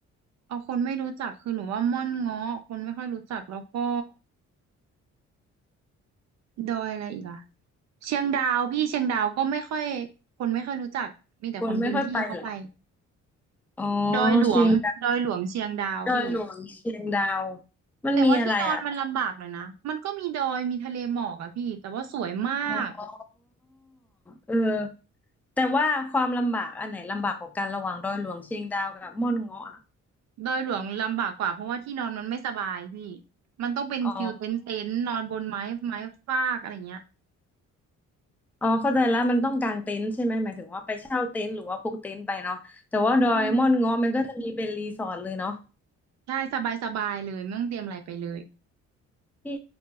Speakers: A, on the right (about 60°); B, in the centre.
A: เอาคนไม่รู้จักคือหนูว่าม่อนเงาะคนไม่ค่อยรู้จักแล้วก็ดอยอะไรอีกอะเชียงดาวพี่เชียงดาวก็ไม่ค่อยคนไม่ค่อยรู้จักมีแต่คนพื้นที่เข้าไป
B: คนไม่ค่อยไปเหรออ๋อ
A: ดอยหลวงดอยหลวงเชียงดาวพี่
B: เชียง ดอยหลวงเชียงดาวมันมีอะไรอ่ะ
A: แต่ว่าที่นอนมันลำบากหน่อยนะมันก็มีดอยมีทะเลหมอกอะพี่แต่ว่าสวยมาก
B: อ๋อเออแต่ว่าความลำบากอันไหนลำบากกว่ากันระหว่างดอยหลวงเชียงดาวกับม่อนเงาะอะ
A: ดอยหลวงลำบากกว่าเพราะว่าที่นอนมันไม่สบายพี่มันต้องเป็นฟิลเต็นท์เต็นท์นอนบนไม้ไม้ฟากอะไรเงี้ย
B: อ๋ออ๋อเข้าใจแล้วมันต้องกางเต็นท์ใช่ไหมหมายถึงว่าไปเช่าเต็นท์หรือว่าพกเต็นท์ไปเนาะแต่ว่าดอยม่อนเงาะมันก็จะมีเป็นรีสอร์ทเลยเนาะ
A: อืมใช่สบายสบายเลยไม่ต้องเตรียมอะไรไปเลย
B: ที่